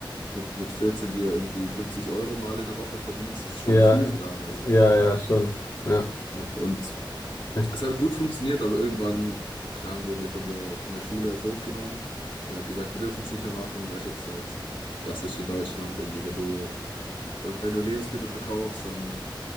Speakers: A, on the left (about 85°); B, on the left (about 40°).
A: mit, mit 14 dir irgendwie 50 Euro mal in der Woche verdienst, das ist schon
B: Ja,
A: viel für damals.
B: ja, ja, schon. Ja.
A: Ja, und
B: <laughs>
A: Es hat gut funktioniert, aber irgendwann, keine Ahnung, wurden wir von der, von der Schule halt hochgenommen. Die haben halt gesagt, wir dürfen es nicht mehr machen, weißt du, das ist halt klassisch in Deutschland irgendwie, wenn du, wenn du Lebensmittel verkaufst, dann,